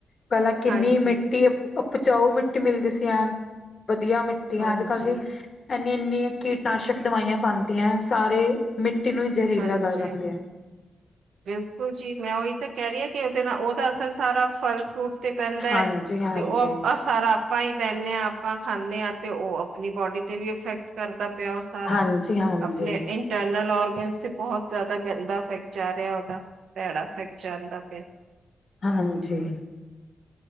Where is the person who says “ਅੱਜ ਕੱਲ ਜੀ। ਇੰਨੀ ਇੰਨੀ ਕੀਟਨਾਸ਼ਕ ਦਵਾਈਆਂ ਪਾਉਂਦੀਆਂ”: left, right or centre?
Left